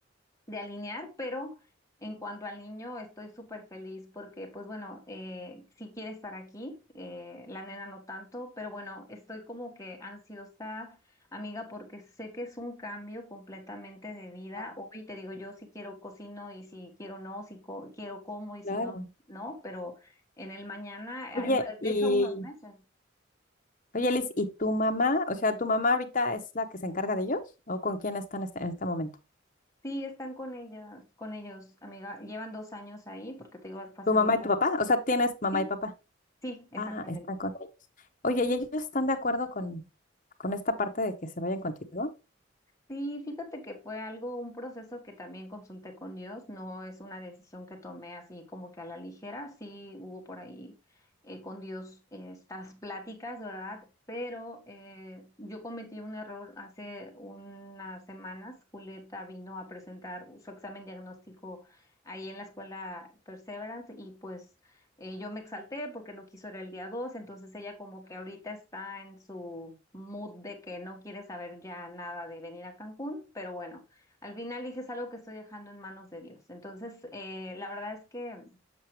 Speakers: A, on the left (about 15°); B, on the left (about 40°).
A: de alinear, pero en cuanto al niño estoy súper feliz porque, pues bueno, eh, sí quiere estar aquí, eh, la nena no tanto, pero bueno, estoy como que ansiosa, amiga, porque sé que es un cambio completamente de vida.
B: claro,
A: Hoy te digo, yo si quiero cocino y si quiero no, si co- quiero como y si
B: claro.
A: no, no, pero en el mañana,
B: Oye,
A: eh, de
B: y,
A: hecho, a unos meses.
B: oye, Liz, ¿y tu mamá? O sea, ¿tu mamá ahorita es la que se encarga de ellos? ¿O con quién están este- en este momento?
A: Sí, están con ellas, con ellos, amiga. Llevan dos años ahí, porque te digo, hace
B: ¿Tu mamá
A: dos.
B: y tu papá? O sea, ¿tienes mamá
A: Sí,
B: y papá?
A: sí, exactamente.
B: Ah, están con ellos. Oye, ¿y ellos están de acuerdo con, con esta parte de que se vayan contigo?
A: Sí, fíjate que fue algo, un proceso que también consulté con Dios, no es una decisión que tomé así como que a la ligera, sí hubo por ahí eh, con Dios eh, estas pláticas, ¿verdad? Pero eh, yo cometí un error hace unas semanas, Julieta vino a presentar su examen diagnóstico ahí en la escuela Perseverance y pues... Eh, yo me exalté porque no quiso ir el día dos entonces ella como que ahorita está en su mood de que no quiere saber ya nada de venir a Cancún, pero bueno, al final dije es algo que estoy dejando en manos de Dios. Entonces, eh, la verdad es que